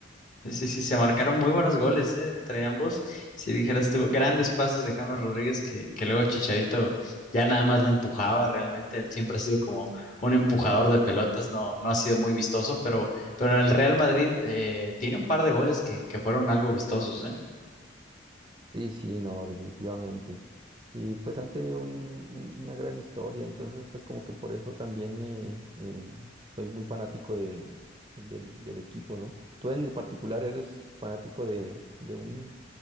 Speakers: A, on the left; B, on the right.
A: Sí, sí, sí, se marcaron muy buenos goles, eh, entre ambos. Si dijeras tú, grandes pases de James Rodríguez que, que luego Chicharito ya nada más la empujaba realmente. Él siempre ha sido como un empujador de pelotas, no, no ha sido muy vistoso, pero, pero en el Real Madrid eh, tiene un par de goles que, que fueron algo vistosos, ¿eh?
B: Sí, sí, no, definitivamente. Y pues han tenido un- un- una gran historia, entonces pues como que por eso también eh, eh, soy muy fanático de, del, del equipo, ¿no? ¿Tú en particular eres fanático de, de un